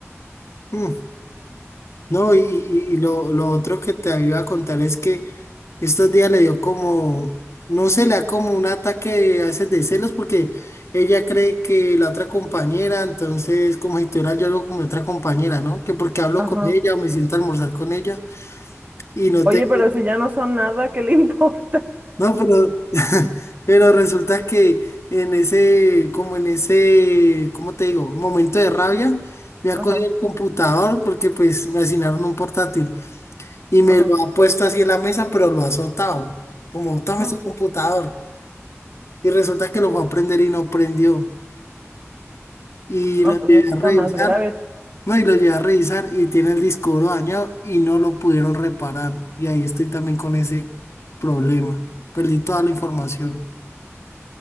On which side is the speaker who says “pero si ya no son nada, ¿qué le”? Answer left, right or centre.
Right